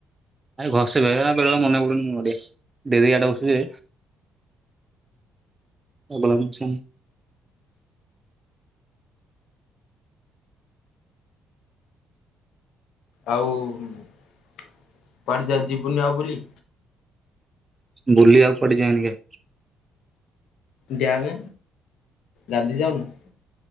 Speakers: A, on the right; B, on the left.
A: ଆ ଘସେ ବେଳେବେଳେ ମନେ ପଡୁନିଆ କନ କରିବା ଡେରିରେ ଉଠୁଛି। ଭଲ ଲାଗୁଚି ଆଉ
B: ଆଉ କୁଆଡେ ଯା ଯିବୁନି ଆଉ ବୁଲି?
A: ବୁଲିଆକୁ କୁଆଡେ ଯାଇନି
B: ଡ୍ୟାମେ, ଗାଧେଇ ଯାଉନୁ?